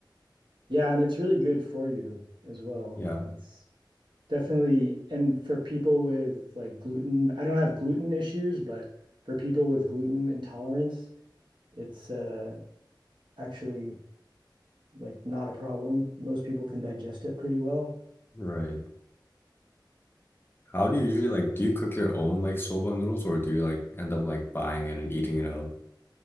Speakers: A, on the right; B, on the left.
A: Yeah, and it's really good for you as well.
B: Yeah,
A: It's definitely, and for people with like gluten, I don't have gluten issues, but for people with gluten intolerance, it's uh, actually like not a problem. Most people can digest it pretty well.
B: right. How do you usually like do you cook your own like soba noodles or do you like end up like buying it and eating it out?